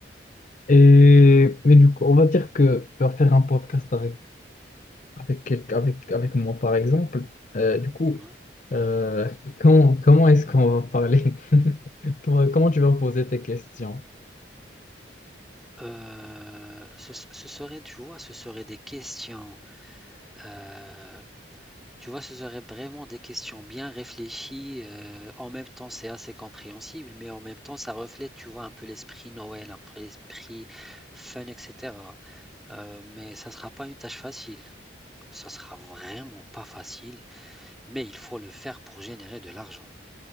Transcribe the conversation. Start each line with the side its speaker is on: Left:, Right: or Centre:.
Left: Et mais du coup, on va dire que tu vas faire un podcast avec avec, quel- avec, avec moi, par exemple. Euh, du coup,
Centre: hein.
Left: euh, comment, comment est-ce qu'on va parler? <laughs> Toi, Comment tu vas poser tes questions?
Centre: Euh, ce, ce serait, tu vois, ce serait des questions. euh, Tu vois, ce serait vraiment des questions bien réfléchies. euh, en même temps, c'est assez compréhensible, mais en même temps, ça reflète, tu vois, un peu l'esprit Noël, un peu l'esprit fun, etc. Euh, mais ça sera pas une tâche facile. Ça sera vraiment pas facile, mais il faut le faire pour générer de l'argent.